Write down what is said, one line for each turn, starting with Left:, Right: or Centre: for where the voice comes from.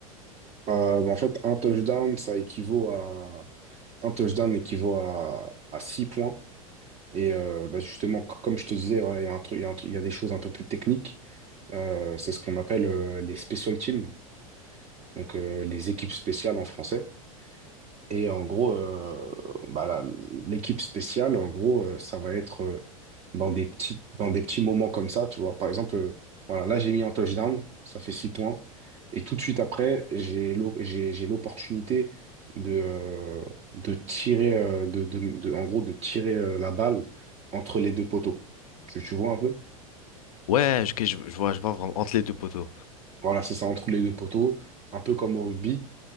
Right: Euh, en fait, un touchdown, ça équivaut à... Un touchdown équivaut à, à 6 points. Et euh, bah, justement, c- comme je te disais, voilà, il y a un truc, il y a un truc- il y a des choses un peu plus techniques. Euh, c'est ce qu'on appelle euh, les special teams, donc euh, les équipes spéciales en français. Et en gros, euh, bah là, l'équipe spéciale, en gros, euh, ça va être euh, dans des petits, dans des petits moments comme ça, tu vois. Par exemple, euh, voilà, là, j'ai mis un touchdown, ça fait six points. Et tout de suite après, j'ai l'o- j'ai, j'ai l'opportunité de, euh, de tirer, euh, de, de, de- en gros, de tirer euh, la balle entre les deux poteaux. Tu, tu vois un peu?
Left: Ouais, ok, je, je vois, je vois vraiment entre les deux poteaux.
Right: Voilà, c'est ça, entre les deux poteaux, un peu comme au rugby.